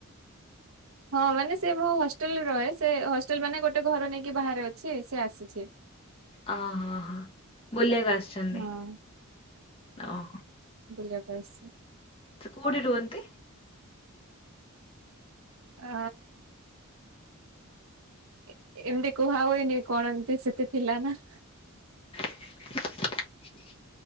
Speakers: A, on the right (about 70°); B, on the left (about 25°).
A: ହଁ ମାନେ ସେ ମୋ ହଷ୍ଟେଲ୍ ରେ ରହେ, ସେ ହଷ୍ଟେଲ୍ ମାନେ ଗୋଟେ ଘର ନେଇକି ବାହାରେ ଅଛି ସେ ଆସି ଅଛି।
B: ଓ ହଁ, ହଁ ବୁଲିବାକୁ ଆସିଛନ୍ତି
A: ହଁ
B: ଓହୋ।
A: ବୁଲିଆକୁ ଆସିଛି।
B: ସେ କୋଉଠି ରୁହନ୍ତି?
A: ଅ, ଏ ଏମିତି କୁହା ହୁଏନି କଣ ଏମିତି ସେତେ ଥିଲା ନା।
B: <inaudible>